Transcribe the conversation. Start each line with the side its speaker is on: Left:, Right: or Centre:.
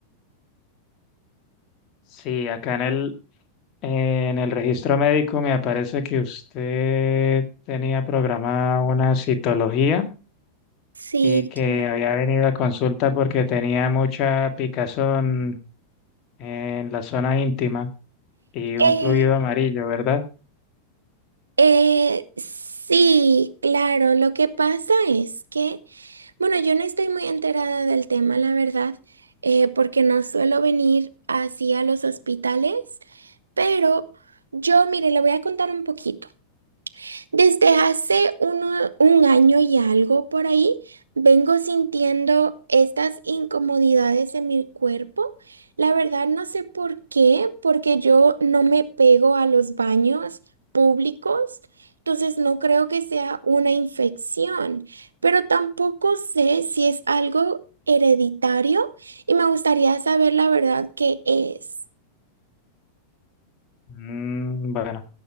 Left: Sí, acá en el, en el registro médico me aparece que usted tenía programada una citología
Right: Sí,
Left: y que
Right: claro.
Left: había venido a consulta porque tenía mucha picazón en la zona íntima y un
Right: Eh,
Left: fluido amarillo, ¿verdad?
Right: eh, sí, claro. Lo que pasa es que, bueno, yo no estoy muy enterada del tema, la verdad, eh, porque no suelo venir así a los hospitales, pero yo, mire, le voy a contar un poquito. Desde hace uno- un año y algo por ahí, vengo sintiendo estas incomodidades en mi cuerpo. La verdad no sé por qué, porque yo no me pego a los baños públicos, entonces no creo que sea una infección, pero tampoco sé si es algo hereditario y me gustaría saber la verdad qué es.
Left: Mm, bueno,